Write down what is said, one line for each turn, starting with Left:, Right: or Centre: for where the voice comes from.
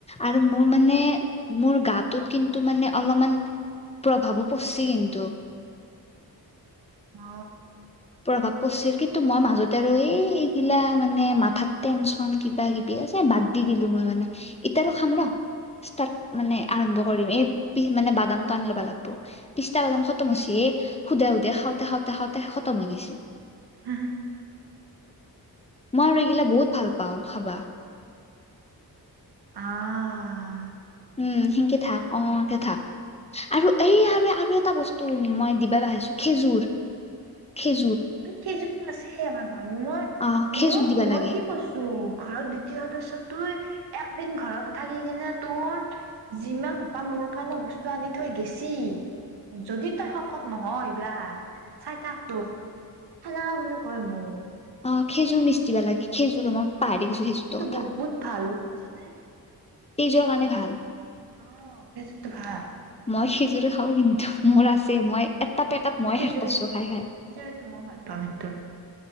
Left: আৰু মোৰ মানে
Right: কেইজোপা
Left: মোৰ গাত ত কিন্তু মানে অলপমান প্ৰভাৱো পৰছে কিন্তু।
Right: অ।
Left: প্ৰভাপ পছিল কিন্তু মই মাজতে আৰু এইগিলা মানে মাথাত টেনচন কিবা কিবি আছে বাদ দি। দিলো মই মানে ইতাৰো খাম ৰ। ষ্টাৰ্ট মানে আৰম্ভ কৰিম, এই পি মানে বাদাম টো আনি ল'বা লাগিব পিছটা বাদাম খতমহৈছি এই। সুধে সুধে খাওঁতে খাওঁতে খাওঁতে খতম হৈগৈছিল।
Right: <unintelligible>
Left: মই আৰু এইগিলা বহুত ভাল পাও খাবা।
Right: আ আ আ।
Left: উম সিনকে থাক অ থাক আৰু এই আৰু এটা বস্তু মই খেজুৰ খ।
Right: খেজুৰ আছে আমাৰ ঘৰত মই
Left: অ খেজুৰ
Right: মোক
Left: দিবা
Right: মই
Left: লাগে
Right: কি কৈছো ঘৰত দ্বিতীয় সদস্য তোৱে একদিন ঘৰত থাকি কিনে তোৰ যিমান হোপাহ মোৰ কাৰণে বস্তু আনি থৈ গেছি যদি তই শকত নহয় ইবাৰ চাই থাক তোক হেনেকা বুলি কয় মোক।
Left: অঁ খেজুৰ মিষ্টি বা লাগে খেজুৰ মই পাহাৰিকছো
Right: অ
Left: খেজুৰটো কথা।
Right: বহুত ভাল বুজিছনে
Left: তেজৰ কাৰণে ভাল
Right: অ খেজুৰটো ভাল
Left: মই খেজুৰো খাওঁ কিন্তু। মুৰ আছে মই এটা পেকেট
Right: মই খিজুৰী
Left: শেষ কৰিছো
Right: খিজৰিটো
Left: খাই খাই
Right: মইও ভাল পাওঁ কিন্তু।